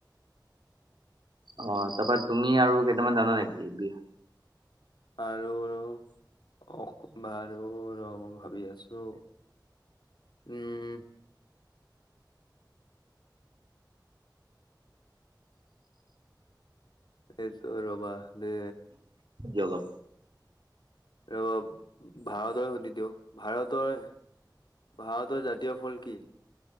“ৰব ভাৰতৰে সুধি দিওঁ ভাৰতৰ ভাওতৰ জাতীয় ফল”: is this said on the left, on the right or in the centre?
Left